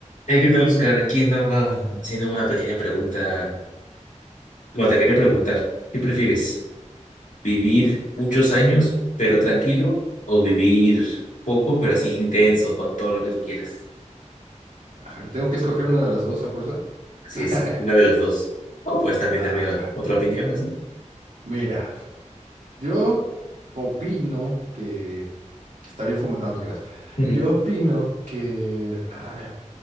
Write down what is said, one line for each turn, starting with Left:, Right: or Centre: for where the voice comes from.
Left: Eh, ¿qué tal, Oscar? Aquí andaba haciendo una pequeña pregunta. Bueno, te quería preguntar, ¿qué prefieres? ¿Vivir muchos años, pero tranquilo? ¿O vivir poco, pero así intenso, con todo lo que tú quieras?
Right: Ajá, le tengo que escoger una de las dos a fuerza.
Left: Así
Right: <laughs>
Left: es, una de las dos. O puedes también
Right: Ah,
Left: darme otra opinión, así.
Right: mira, yo opino que, que está bien fumar. No, no te creas.
Left: <laughs>
Right: Yo opino que, ay,